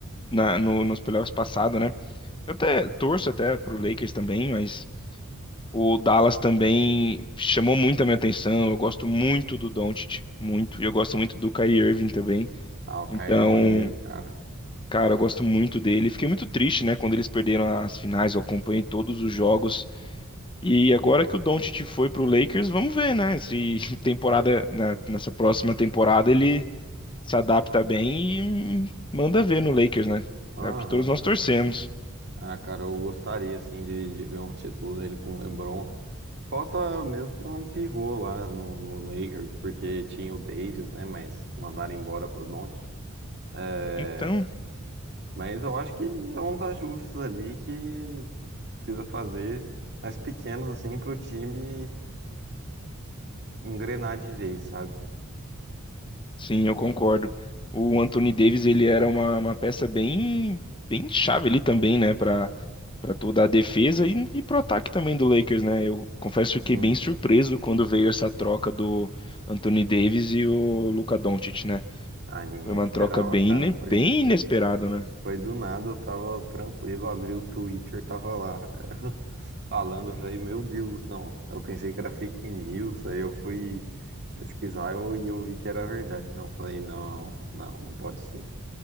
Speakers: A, on the left; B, on the right.
A: na, no- nos playoffs passado, né? Eu até torço até pro Lakers também, mas o Dallas também chamou muito a minha atenção. Eu gosto muito do Doncic, muito. E eu gosto muito do Kyrie Irving também.
B: Ah, o
A: Então,
B: Kyrie é maneiro, cara.
A: cara, eu gosto muito dele. Fiquei muito triste, né? Quando eles perderam as finais, eu acompanhei todos os jogos. E agora que o Doncic foi pro Lakers, vamos ver, né? Se <laughs> temporada, na- nessa próxima temporada, ele se adapta bem e manda ver no Lakers, né?
B: Aham.
A: É o que todos nós torcemos.
B: Ah, cara, eu gostaria, assim, de, de ver um título dele com o LeBron. Falta mesmo um pivô lá no, no Lakers, porque tinha o Davis, né? Mas mandaram embora pro Doncic. É,
A: Então,
B: Mas eu acho que é uns ajustes ali que precisa fazer, mas pequenos assim, pro time engrenar de vez, sabe?
A: sim, eu concordo. O Anthony Davis, ele era uma, uma peça bem, bem chave ali também, né, para para toda a defesa e, e para o ataque também do Lakers, né? Eu confesso que
B: Sim.
A: fiquei bem surpreso quando veio essa troca do Anthony Davis e o Luka Doncic, né?
B: Ah, ninguém
A: Foi uma
B: esperava,
A: troca bem,
B: cara.
A: ine-
B: Foi,
A: É, bem inesperada, né?
B: foi do nada, eu tava tranquilo, abri o Twitter, tava lá <laughs> falando, eu falei, meu Deus, não. Eu pensei que era fake news, aí eu fui pesquisar eu- e eu vi que era verdade. Não, eu falei, não, não, não pode ser.